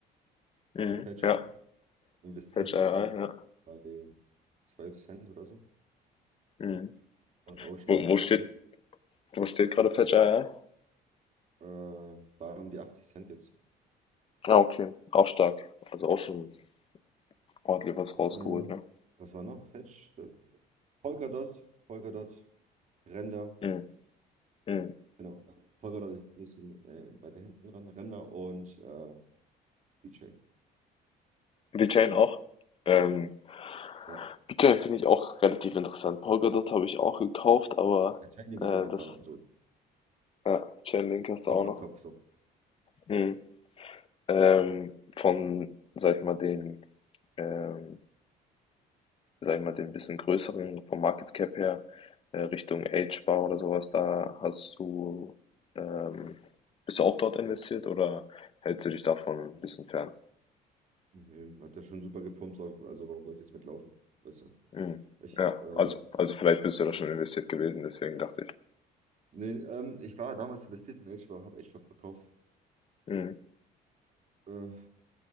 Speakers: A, on the left; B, on the right.
A: Mhm.
B: Fetch
A: Ja.
B: investiert
A: Fällt
B: von
A: ja,
B: Agent
A: ja.
B: bei 12 Cent oder so.
A: Mhm.
B: Und Ocean
A: Wo,
B: auch
A: wo
B: sehr,
A: steht,
B: sehr günstig.
A: wo steht gerade Fetcher? Ja?
B: Äh, war um die 80 Cent jetzt.
A: Ah, okay. Auch stark. Also auch schon ordentlich was
B: Äh,
A: rausgeholt, ne?
B: was war noch? Fetch? äh, Polkadot, Polkadot, Render.
A: Mhm. Mhm.
B: Genau. Polkadot ist ein bisschen äh, weiter hinten dran. Render und äh, VeChain.
A: VeChain auch. Ähm,
B: Ja.
A: VeChain finde ich auch relativ interessant. Polkadot habe ich auch gekauft, aber
B: Der Chainlink
A: äh,
B: ist auch noch
A: das
B: da, so
A: ja, Chainlink hast
B: Kopf
A: du auch noch.
B: an Kopf. So.
A: Mhm. Ähm, von, sag ich mal, den ähm, sag ich mal, den bisschen größeren vom Market Cap her, äh, Richtung Agebar oder sowas, da hast du, ähm, bist du auch dort investiert oder hältst du dich davon ein bisschen fern?
B: Nee, hat ja schon super gepumpt, so, also warum soll ich jetzt mitlaufen? Weißt du?
A: Mhm.
B: Ich,
A: Ja,
B: äh,
A: also, also vielleicht bist du da schon investiert gewesen, deswegen dachte ich.
B: nee, ähm, ich war damals investiert in Edge, aber habe Edge verkauft.
A: Mhm.
B: Äh,